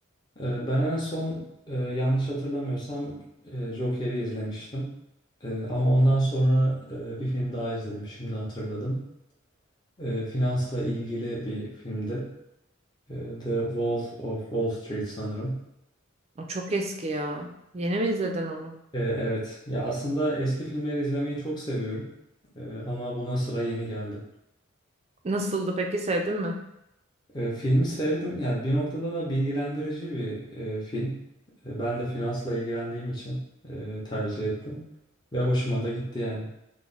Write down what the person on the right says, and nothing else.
O çok eski ya. Yeni mi izledin onu?
Nasıldı peki sevdin mi?